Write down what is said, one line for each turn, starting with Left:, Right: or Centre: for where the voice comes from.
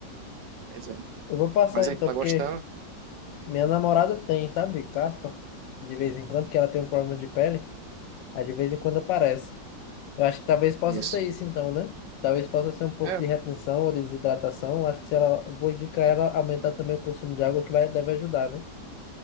Right: pois é.
Left: Eu vou passar
Right: Mas aí,
Left: então,
Right: tá
Left: porque
Right: gostando?
Left: minha namorada tem, sabe, caspa, de vez em quando, que ela tem um problema de pele, aí de vez em quando aparece. Eu acho que talvez possa
Right: Isso.
Left: ser isso então, né? Talvez possa ser um pouco
Right: É,
Left: de retenção ou de desidratação. Eu acho que se ela, vou indicar ela aumentar também o consumo de água, que vai, deve ajudar, né?